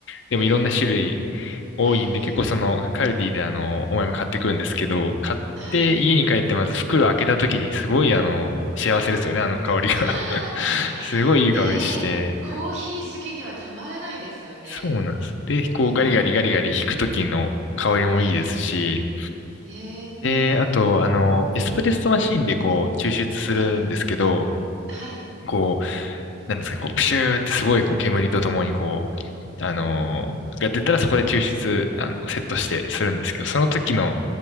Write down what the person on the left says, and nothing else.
でもいろんな種類
多いんで、
結構その、カルディで、あの、お前も買ってくるんですけど、買って家に帰って、
まず袋開けた時に、すごい、あの、幸せですよね、
あの香りが。
<laughs> すごいいい香りして、
そうなんです。で、こう、
ガリガリガリガリ弾く時の香りもいいですし、
で、あと、あの、エスプレッソマシーンでこう、抽出するんですけど、
こう、なんですかね、こう、プシューってすごいこう煙とともにこう、あのーが出たらそこで抽出、
あの、セットしてするんですけど、
その時の、